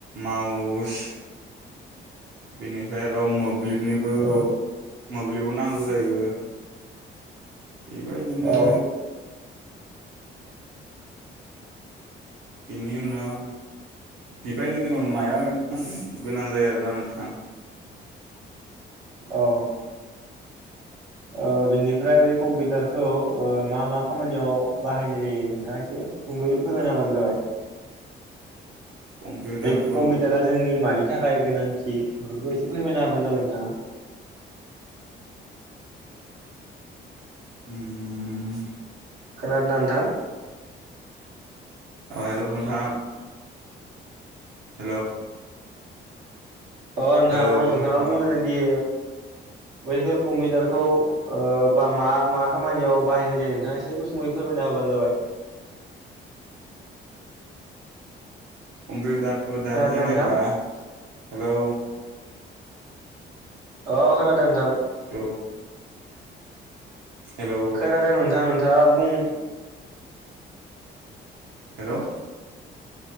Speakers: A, on the right; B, on the right.
A: माउस बेनिफ्राय आरो' मोब्लिबनिबो
B: औ
A: मोब्लिबाव नांगौ जायो बेबायदिनो
B: औ
A: बिनि उनाव बेबायदिनो माया गोनां जायो आरोना नोंथां।
B: औ ओ बिनिफ्राय बै कम्पिउटारखौ ओ मा मा खामानियाव बाहायनाय जायो नोंथाङा एसे सुंदुयै फोरांनबानो जाबाय।
A: कम्पिउटारखौ
B: बे कम्पिउटारा जोंनि मानि थाखाय गोनांथि बेफोरखौ एसे फोरमायना हाबानो जाबाय नोंथाङा।
A: उम
B: खोनादोंना नोंथां।
A: औ हेल' नोंथां। हेल'।
B: अ नोंथां
A: औ
B: आं नथां
A: नोंथां
B: बुंङ दि
A: <inaudible>
B: बैफोर कम्पिउटारखौ बा मा मा खामानियाव बाहायनाय जायो नोंथाङा एसे गुसुङै फोरमायना होबानो जाबाय।
A: कम्पिउटारखौ दा
B: खोनादोंना
A: जेनेबा
B: नोंथां
A: हेलौ
B: अ खोनादों नथां।
A: औ। हेलौ
B: खोनादों नोंथां नोंथाङा बुं।
A: हेल'।